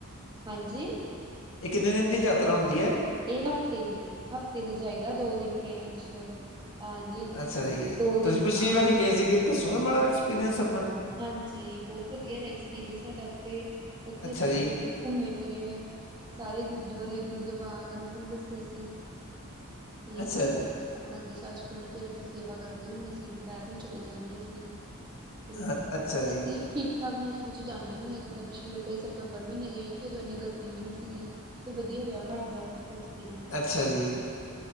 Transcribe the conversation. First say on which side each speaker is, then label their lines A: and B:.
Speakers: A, on the right; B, on the left.
A: ਹਾਂਜੀ।
B: ਇਹ ਕਿੰਨੇ ਦਿਨ ਦੀ ਯਾਤਰਾ ਹੁੰਦੀ ਹੈ?
A: ਇਹ ਹਫ਼ਤੇ ਦੀ, ਹਫ਼ਤੇ ਲਈ ਜਾਇਦਾ ਦੋ ਦਿਨ ਟ੍ਰੇਨ ਚ ਹਾਂਜੀ
B: ਅੱਛਾ ਜੀ,
A: ਦੋ ਦਿਨ
B: ਤੁਸੀਂ ਪਿਛਲੀ
A: ਆਉਣ
B: ਵਾਰੀ ਗਏ ਸੀਗੇ ਦੱਸੋਗੇ ਮਾੜਾ ਐਕਸਪੀਰੀਅੰਸ ਆਪਣਾ
A: ਹਾਂਜੀ ਬਹੁਤ ਵਧੀਆ ਰਿਹਾ ਐਕਸਪੀਰੀਅੰਸ ਸਾਡਾ ਉੱਥੇ, ਉੱਥੇ
B: ਅੱਛਾ
A: ਅਸੀਂ
B: ਜੀ,
A: ਘੁੰਮੇ ਫਿਰੇ, ਸਾਰੇ ਗੁਰਦੁਆਰੇ ਗੁਰੂ ਦਾ ਬਾਗ ਆ ਮੈਂ ਤੁਹਾਨੂੰ ਦੱਸਿਆ ਸੀ ਤੇ
B: ਅੱਛਾ ਜੀ,
A: ਹਾਂਜੀ, ਸੱਚਖੰਡ ਫੇਰ ਅਸੀਂ ਸੇਵਾ ਕਰਦੇ ਹੁੰਦੇ ਸੀ, ਦੁਪੇਹਰ ਨੂੰ ਚਲੇ ਜਾਂਦੇ ਸੀ। ਤੇ
B: ਅ ਅੱਛਾ ਜੀ,
A: ਅਸੀਂ ਠੀਕ- ਠਾਕ ਮੌਸਮ ਚ ਜਾਂਦੇ ਹੁੰਦੇ ਆਂ। ਜਿੱਦਾਂ ਪਿਛਲੀ ਵਾਰ ਤਾਂ ਅਸੀਂ ਸਭ ਸਤੰਬਰ ਮਹੀਨੇ ਗਈ ਸੀ, ਉਦੋਂ ਏਨੀ ਗਰਮੀ ਵੀ ਨੀ ਸੀਗੀ, ਤੇ ਵਧੀਆ ਰੇਆ ਹਾਡਾ। ਪਿਰਿਯਡ,
B: ਅੱਛਾ ਜੀ,